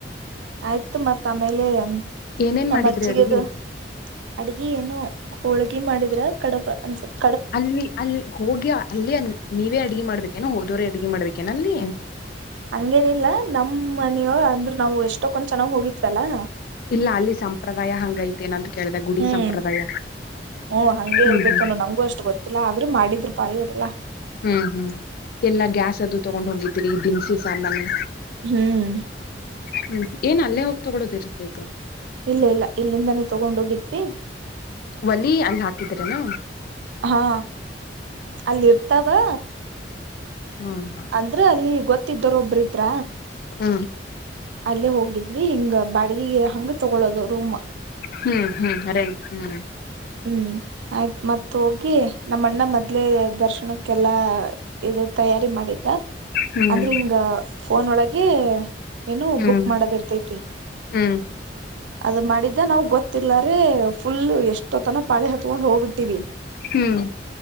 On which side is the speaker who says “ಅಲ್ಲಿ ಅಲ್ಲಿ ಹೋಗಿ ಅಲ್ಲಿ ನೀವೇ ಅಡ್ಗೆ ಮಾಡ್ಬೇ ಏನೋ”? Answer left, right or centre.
Left